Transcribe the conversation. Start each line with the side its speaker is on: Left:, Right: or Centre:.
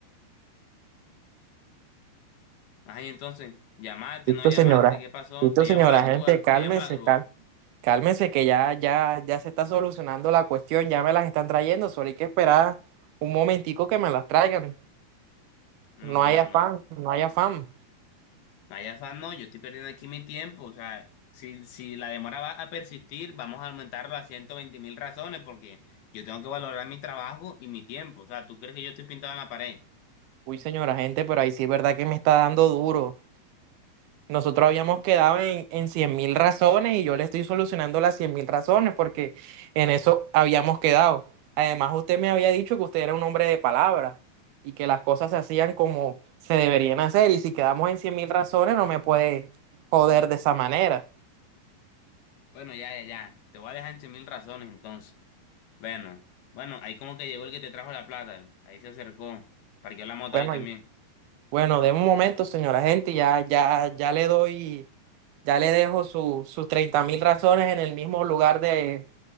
Left: Ay, entonces, llamaste,
Right: Listo,
Left: no llamaste,
Right: señora.
Left: ¿qué pasó?
Right: Listo,
Left: Te llamo
Right: señora,
Left: a la grúa,
Right: gente, cálmese,
Left: te llamo a la grúa.
Right: cal- cálmese, que ya, ya, ya se está solucionando la cuestión, ya me las están trayendo, solo hay que esperar un momentico que me las traigan.
Left: No,
Right: No
Left: no,
Right: hay afán,
Left: no. no,
Right: no hay afán.
Left: No hay afán, no, yo estoy perdiendo aquí mi tiempo. O sea, si, si la demora va a persistir, vamos a aumentarlo a ciento veinte mil razones porque yo tengo que valorar mi trabajo y mi tiempo. O sea, ¿tú crees que yo estoy pintado en la pared?
Right: Uy, señora, gente, pero ahí sí es verdad que me está dando duro. Nosotros habíamos quedado en, en 100.000 razones y yo le estoy solucionando las 100.000 razones porque en eso habíamos quedado. Además, usted me había dicho que usted era un hombre de palabra y que las cosas se hacían como se deberían hacer y si quedamos en 100.000 razones no me puede joder de esa manera.
Left: Bueno, ya, ya, ya. Te voy a dejar en 100 mil razones entonces. Bueno, bueno, ahí como que llegó el que te trajo la plata. Ahí se acercó. Parqueó la moto
Right: Bueno,
Left: ahí también.
Right: y- bueno, de un momento, señora gente, ya, ya, ya le doy, ya le dejo su, sus 30.000 razones en el mismo lugar de